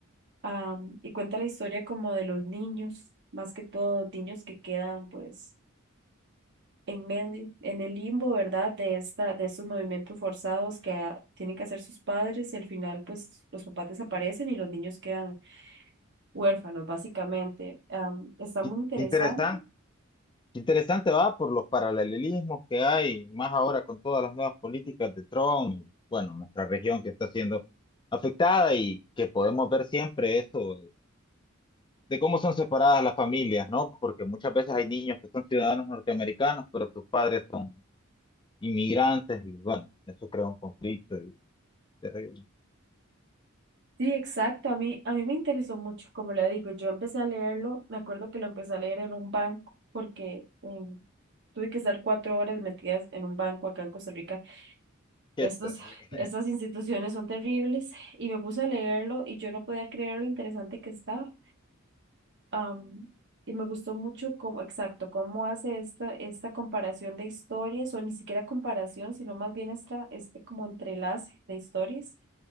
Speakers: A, on the right (about 55°); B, on the left (about 20°).
A: am, y cuenta la historia como de los niños, más que todo niños que quedan pues en medio, en el limbo, ¿verdad? De esta, de estos movimientos forzados que ah, tienen que hacer sus padres y al final pues los papás desaparecen y los niños quedan huérfanos básicamente. Am, está
B: Qué
A: muy interesante.
B: qué interesante, qué interesante va por los paralelismos que hay, más ahora con todas las nuevas políticas de Trump y, bueno, nuestra región que está siendo afectada y que podemos ver siempre eso de cómo son separadas las familias, ¿no? Porque muchas veces hay niños que son ciudadanos norteamericanos, pero sus padres son inmigrantes y bueno, eso crea un conflicto y terrible.
A: Sí, exacto, a mí, a mí me interesó mucho, como le digo, yo empecé a leerlo, me acuerdo que lo empecé a leer en un banco porque... em, Tuve que estar cuatro horas metidas en un banco acá en Costa Rica
B: Qué
A: Estos,
B: terrible,
A: estas instituciones son terribles y me puse a leerlo y yo no podía creer lo interesante que estaba. Am, y me gustó mucho cómo, exacto, cómo hace esta, esta comparación de historias, o ni siquiera comparación, sino más bien esta, este como entrelace de historias.